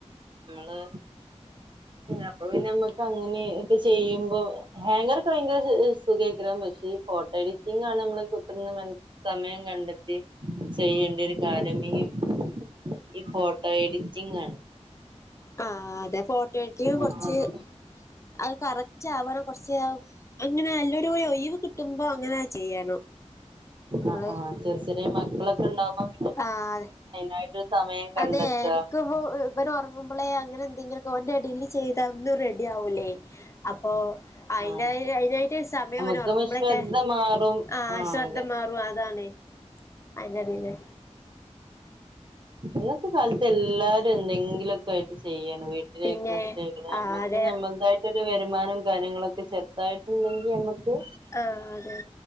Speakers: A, on the right; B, on the left.
A: നമ്മള് അപ്പൊ പിന്നെ നമ്മക്ക് അങ്ങനെ ഒക്കെ ചെയ്യുമ്പോ ഹാങ്ങർ ഒക്കെ ഭയങ്കര സു സുഖവായിട്ട് ഇടാൻ പറ്റും പക്ഷെ ഈ ഫോട്ടോ എഡിറ്റിംഗാണ് നമ്മള് കുത്തിയിരുന്ന് സമയം കണ്ട ണ്ടെത്തി ചെയ്യേണ്ടി ഒരു ഞാൻ <unintelligible> ഈ ഫോട്ടോ എഡിറ്റിംഗാണ്
B: ആ അതെ ഫോട്ടോ എഡിറ്റിങ് കൊറച്ച്
A: ആഹ്
B: അത് കറക്റ്റ് ആവണം കുറച്ച് അങ്ങനെ നല്ലൊരു ഒ ഒഴിവ് കിട്ടുമ്പോ അങ്ങനെ ചെയ്യണം നമ്മള്
A: ആ ആ ചെറുച്ചെറിയ മക്കളൊക്കെ ഉണ്ടാവുമ്പം
B: ആ അതെ
A: <inaudible> കണ്ടെത്ത
B: അതെ എനിക്കിപ്പോ ഇവൻ ഉറങ്ങുമ്പോളേ അങ്ങനെ എന്തെങ്കിലൊക്ക ഓന്റെ എടില് ചെയ്തവൊന്ന് റെഡി ആവൂലേ അപ്പോ അയിന്
A: ആഹ്
B: അയിനായിട്ട് സമയം
A: നമുക്ക്
B: ഓൻ ഉറങ്ങുമ്പോള്ളൂക്കെ
A: ശ്രദ്ധ മാറും
B: ആ
A: ആഹ്
B: ശ്രദ്ധ
A: അതെ
B: മാറും അതാണ് അയിന്റെടേല്
A: നിങ്ങക്കും <unintelligible> എല്ലാരും എന്തെങ്കിലു ഒക്കെ ആയിട്ട് ചെയ്യാം അ വീട്ടിലിരിക്കുന്ന
B: പിന്നെ
A: സ്ത്രീകള് നമ്മക്ക്
B: ആഹ് അതെ
A: നമുക്കായിട്ട് വരുമാനം കാര്യങ്ങളൊ ക്കെ ചെറുതായിട്ടുണ്ടെങ്കി ഞമ്മക്ക്
B: ആഹ് അതെ